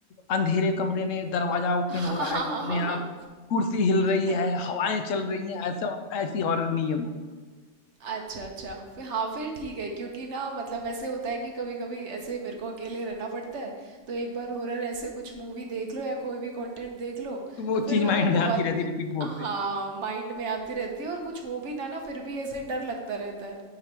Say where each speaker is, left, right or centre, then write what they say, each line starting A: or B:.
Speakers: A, on the left; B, on the right.
A: अंधेरे कमरे में दरवाजा ओपन
B: <laughs> हाँ
A: हो रहा
B: हाँ
A: है
B: हाँ
A: अपने
B: हाँ
A: आप कुर्सी हिल रही
B: हाँ
A: है
B: <laughs>
A: हवाएं चल रही हैं ऐसा ऐसी हॉरर नहीं है वो
B: अच्छा अच्छा फिर हाँ फिर ठीक है क्योंकि ना मतलब ऐसे होता है कि कभी कभी ऐसे मेरे को अकेले रहना पड़ता है तो एक बार हॉरर ऐसे कुछ मूवी देख लो या कोई भी कंटेंट देख लो
A: तो वो
B: तो फिर
A: चीज
B: मेरे
A: माइंड
B: को
A: में
B: बहुत
A: आती रहती रिपीट मोड
B: हाँ
A: पे
B: माइंड में आती रहती है और कुछ हो भी ना ना फिर भी ऐसे डर लगता रहता है